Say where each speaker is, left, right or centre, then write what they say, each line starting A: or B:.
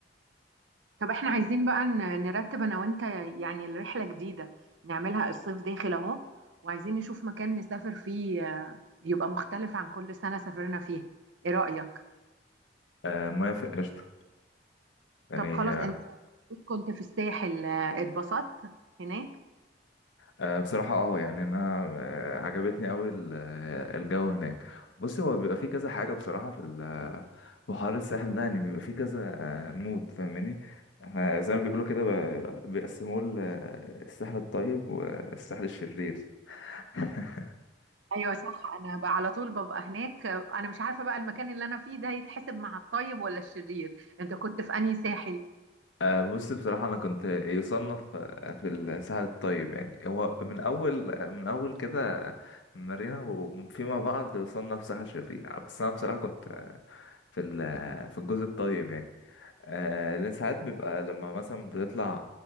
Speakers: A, on the right (about 80°); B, on the left (about 85°).
A: طب احنا عايزين بقى ن- نرتب انا وانت يعني الرحلة جديدة نعملها الصيف داخل اهو وعايزين نشوف مكان نسافر فيه آه، يبقى مختلف عن كل سنة سافرنا فيه ايه رأيك؟
B: آه، موافق قشطة يعني
A: طب خلاص انت كنت في الساحل آه، اتبسطت هناك؟
B: آه، بصراحة اه يعني انا آه، عجبتني قوي الجو هناك بص هو بيبقى فيه كذا حاجة بصراحة في ال- في حوار الساحل ده يعني بيبقى فيه كذا آه، مود فاهماني احنا زي ما بيقولوا كده ب- بيقسموه ل- الساحل الطيب والساحل الشرير <laughs>
A: ايوه صح انا بقى على طول ببقى هناك آه، انا مش عارفة بقى المكان اللي انا فيه ده يتحسب مع الطيب ولا الشرير انت كنت في انهي ساحل؟
B: آه، بص بصراحة أنا كنت يصنف آه، في الساحل الطيب يعني هو من أول من أول كده مارينا وفيما بعد يصنف ساحل شرير بس أنا بصراحة كنت آه، في ال- في الجزء الطيب يعني آه، لأن ساعات بيبقى لما مثلا بتطلع